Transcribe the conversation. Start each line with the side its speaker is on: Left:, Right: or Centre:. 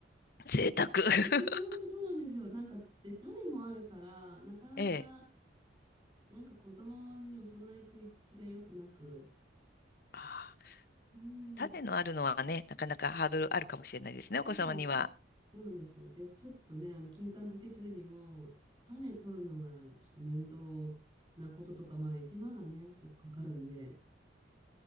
Left: 贅沢。
Right: これね、本当そうなんですよ。
Left: <laughs>
Right: なんか、で、種もあるから、なかなか、
Left: ええ
Right: なんか子供にもそんなに食いつきが良くなく、
Left: あー
Right: うん、
Left: 種のあるのはね、なかなかハードルあるかもしれないですね、
Right: そうなんですよ。
Left: お子様には。
Right: そうなんです。で、ちょっとね、あの、金柑漬けするにも、種取るのがちょっと面倒なこととかもあり、手間がね、結構かかるんで。